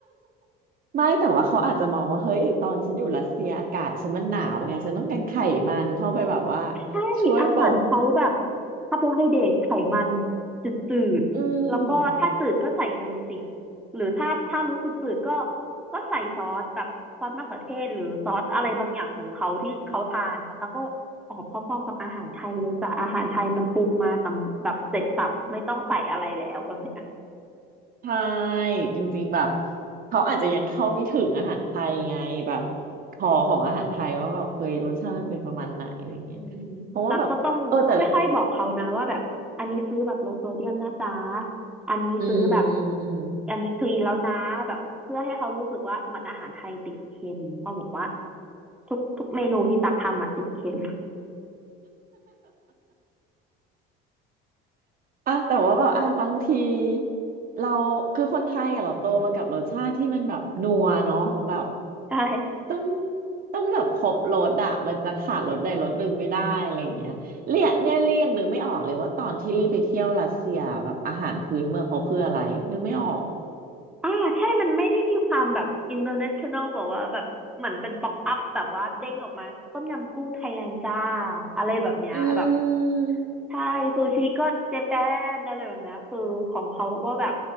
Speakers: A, on the right; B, in the centre.
A: ไม่แต่ว่าเขาอาจจะมองว่าเฮ้ยตอนฉันอยู่รัสเซียอากาศฉันมันหนาวไงฉันต้องการไขมันเข้าไปแบบว่า
B: ใช่อาหารเขาแบบ
A: ช่วยปก
B: คาร์โบไฮเดรตไขมันจืดๆแล้วก็ถ้าจืดก็ใส่เนยสิ
A: อืม
B: หรือถ้าถ้ารู้สึกจืดก็ก็ใส่ซอสแบบซอสมะเขือเทศหรือซอสอะไรบางอย่างของเขาที่เขาทานนะคะแล้วก็ออกพอๆกับอาหารไทยเลยจ้ะอาหารไทยมันปรุงมาสำแบบเสร็จสับไม่ต้องใส่อะไรแล้วแบบนี้
A: ใช่จริงๆแบบเขาอาจจะยังเข้าไม่ถึงอาหารไทยไงแบบคอของอาหารไทยว่าแบบเฮ้ยรสชาติมันเป็นประมาณไหนอะไรเงี้ยเพราะว่าแบบเออแต่
B: อืมตั๊กก็ต้องค่อยๆบอกเขานะว่าแบบอันนี้ซื้อแบบโลโซเดียมนะจ๊ะอันนี้ซื้อแบบ
A: อืมอืมอืม
B: อันนี้คลีนแล้วนะแบบเพื่อให้เขารู้สึกว่ามันอาหารไทยติดเค็มเพราะบอกว่าทุกทุกเมนูที่ตักทำอะติดเค็ม
A: อ่ะแต่ว่าแบบอ่ะบางทีเราคือคนไทยอ่ะเราโตมากับรสชาติที่มันแบบนัวเนาะแบบ
B: <laughs> ใช่
A: ต้องต้องแบบครบรสอะมันจะขาดรสใดรสหนึ่งไม่ได้อะไรอย่างเงี้ยเรียเนี่ยเรียกนึกไม่ออกเลยว่าตอนที่รีบไปเที่ยวรัสเซียแบบอาหารพื้นเมืองเขาคืออะไรนึกไม่ออก
B: อ่าใช่มันไม่ได้มีความแบบ international แบบว่าแบบเหมือนเป็นป๊อกอัพแบบว่าเด้งออกมาต้มยำกุ้งไทยแลนด์จ้าอะไรแบบเนี้ยแบบ
A: อืม
B: ใช่ซูชิก็เจแปนอะไรแบบเนี้ยคือของเขาก็แบบ